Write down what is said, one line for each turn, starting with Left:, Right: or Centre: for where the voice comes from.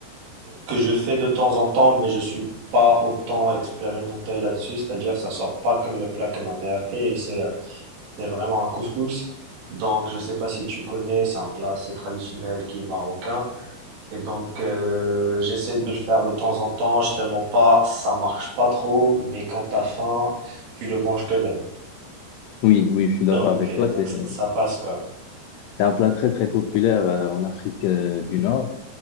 Right: que je fais de temps en temps, mais je suis pas autant expérimenté là-dessus, c'est-à-dire ça sort pas comme le plat que ma mère fait, et c'est euh, c'est vraiment un couscous. Donc, je sais pas si tu connais, c'est un plat assez traditionnel qui est marocain. Et donc, euh, j'essaie de le faire de temps en temps. Je te mens pas, ça marche pas trop, mais quand t'as faim, tu le manges quand même.
Left: Oui, oui, je suis d'accord
Right: Donc,
Left: avec
Right: euh,
Left: toi.
Right: donc
Left: C'est,
Right: ça ça passe quoi.
Left: c'est un plat très, très populaire euh, en Afrique euh, du Nord.